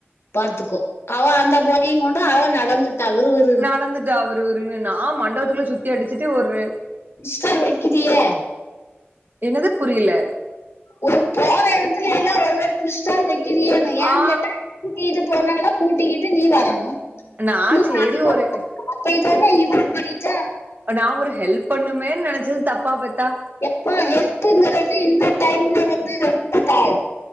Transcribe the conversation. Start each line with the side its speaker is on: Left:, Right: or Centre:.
Left: பாத்துக்கோ அவ அந்த போனயு கொண்டு அவ நடந்துட்டா விரு விரு
Right: நடந்துட்டா விரு விருனு நா மண்டபத்துக்குள்ள சுத் தி அடிச்சிட்டு ஒரு
Left: ஸ்டால் வைக்கிறியே
Right: என்னது புரியில
Left: ஒரு போற எடத்துல எல்லா ஒவ்வொரு திருஷ்டால் வெக்கிறியோனு ஏன்
Right: ஆ
Left: கேட்டா கூட்டிகிட்டு போன ஆள கூட்டிகிட்டு நீ வரணு
Right: நா
Left: நீ
Right: சேரி
Left: அந்த பக்கமா
Right: ஒரு
Left: <inaudible> போய் தான இவ பண்ணீட்டா
Right: ப நா ஒரு ஹெல்ப் பண்ணுமேன் நெனச்சது தப்பா போய்த்தா
Left: எப்ப ஹெல்ப்புங்கிறது இந்த டைம்ல வந்து ரொம்ப பாவோ